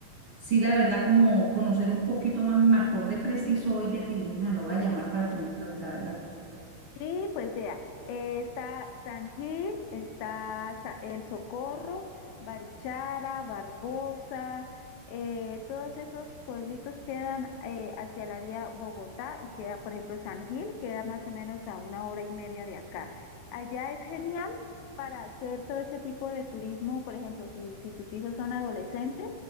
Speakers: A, on the right (about 75°); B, on the left (about 80°).
A: sí, la verdad, como conocer un poquito más, y me acordé preciso hoy de ti, dije, no, lo voy a llamar para preguntarle, la verdad.
B: Sí, pues vea, eh, está San Gil, está Sa- El Socorro, Barichara, Barbosa, eh, todos esos pueblitos quedan eh, hacia la vía Bogotá y queda, por ejemplo, San Gil, queda más o menos a una hora y media de acá. Allá es genial para hacer todo este tipo de turismo, por ejemplo, si, si tus hijos son adolescentes,